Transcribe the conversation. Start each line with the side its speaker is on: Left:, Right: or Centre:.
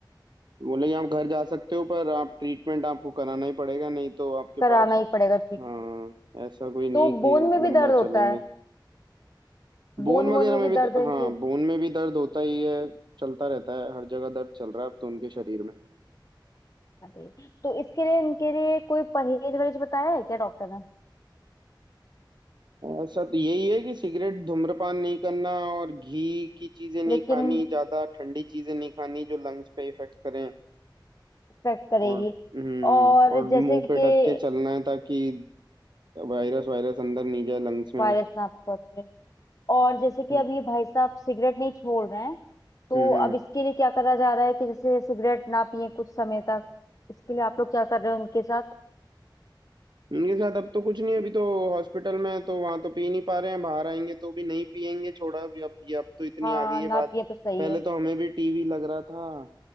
Right: बोले कि आप घर जा सकते हो पर आप ट्रीटमेंट आपको कराना ही पड़ेगा नहीं तो आपके
Left: कराना
Right: पास
Left: ही पड़ेगा ट्रीटमेंट
Right: हाँ ऐसा कोई नहीं
Left: तो
Right: है कि
Left: बोन में भी
Right: लंबा
Left: दर्द होता
Right: चलेंगे
Left: है बोन
Right: बोन वगैरह
Left: वोन में
Right: में
Left: भी
Right: भी
Left: दर्द है
Right: हाँ
Left: इनकी
Right: बोन में भी दर्द होता ही है चलता रहता है हर जगह दर्द चल रहा है अब तो उनके शरीर में
Left: अरे तो इसके लिए इनके लिए कोई परहेज वरहेज बताया है क्या डॉक्टर ने
Right: ऐसा तो यही है कि सिगरेट धूम्रपान नहीं करना और घी की चीजें नहीं
Left: लेकिन
Right: खानी ज्यादा ठंडी चीजें नहीं खानी जो लंग्स पे इफेक्ट करें
Left: इफेक्ट करेगी
Right: और हम्म
Left: और
Right: और
Left: जैसे
Right: मुंह पे
Left: कि
Right: ढक के चलना है ताकि वायरस वायरस अंदर नहीं जाए लंग्स में
Left: वायरस ना पहुंचे और जैसे कि
Right: हम्म
Left: अब ये भाई साहब सिगरेट नहीं छोड़ रहे हैं तो
Right: हम्म हम्म।
Left: अब इसके लिए क्या करा जा रहा है कि जैसे सिगरेट ना पिए कुछ समय तक इसके लिए आप लोग क्या कर रहे हो उनके साथ
Right: उनके साथ अब तो कुछ नहीं अभी तो हॉस्पिटल में है तो वहां तो पी नहीं पा रहे हैं बाहर आएंगे तो भी नहीं पियेंगे छोड़ा अभी अब ये अब तो इतनी
Left: हाँ
Right: आ गई है
Left: ना
Right: बात
Left: पिए तो सही
Right: पहले
Left: है
Right: तो हमें भी टीवी लग रहा था